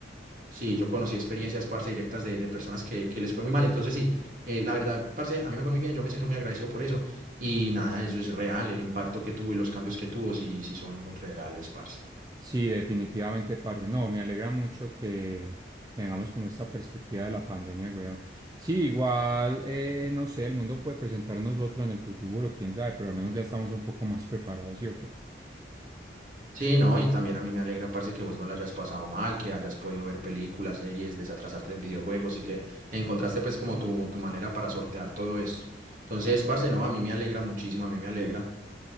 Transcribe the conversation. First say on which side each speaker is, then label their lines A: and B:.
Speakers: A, on the right; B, on the right.
A: Sí, yo conocí experiencias, parce, directas de, de personas que, que les fue muy mal. Entonces, sí, eh, la verdad, parce, a mí me fue muy bien. Yo me siento muy agradecido por eso. Y nada, eso es real. El impacto que tuvo y los cambios que tuvo, sí, sí son muy reales, parce.
B: Sí, definitivamente, parce. No, me alegra mucho que tengamos como esta perspectiva de la pandemia, weón. Sí, igual, eh, no sé, el mundo puede presentarnos otro en el futuro, quién sabe, pero al menos ya estamos un poco más preparados, ¿sí o qué?
A: Sí, no, y también a mí me alegra, parce, que vos no la hayas pasado mal, que hayas podido ver películas, series, desatrasarte en videojuegos y que encontraste, pues, como tu, tu manera para sortear todo esto. Entonces, parce, no, a mí me alegra muchísimo, a mí me alegra.